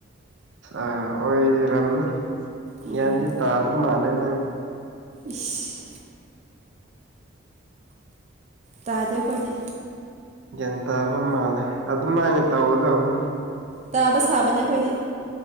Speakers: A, on the right; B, on the right.
A: ꯑꯥ ꯑꯣꯏꯔꯝꯅꯤ
B: ꯎꯝ
A: ꯌꯥꯟꯗꯤ ꯇꯥꯕ ꯃꯥꯜꯂꯦ ꯅꯪ꯫
B: ꯏꯁ꯫ ꯇꯥꯗꯦ ꯑꯩꯈꯣꯏꯗꯤ꯫
A: ꯒ꯭ꯌꯥꯟ ꯇꯥꯕ ꯃꯥꯜꯂꯦ ꯑꯗꯨꯃꯥꯏꯅ ꯇꯧꯒꯗꯧꯕꯅꯤ꯫
B: ꯇꯥꯕ ꯁꯥꯕꯅꯦ ꯑꯩꯈꯣꯏꯗꯤ꯫